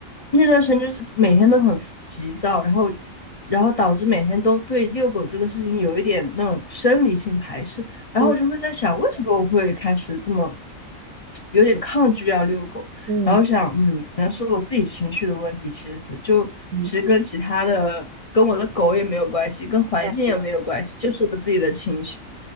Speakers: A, on the left; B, on the right.
A: 那段时间就是每天都很急躁，然后然后导致每天都对遛狗这个事情有一点那种生理性排斥，然后我就会在想，
B: 嗯
A: 为什么我会开始这么有点抗拒要遛狗？
B: 嗯
A: 然后想，嗯，可能是我自己情绪的问题，其实是就其实跟其他的，
B: 嗯，
A: 跟我的狗也没有关系，跟环境也没有关系，
B: 对啊
A: 就是我自己的情绪。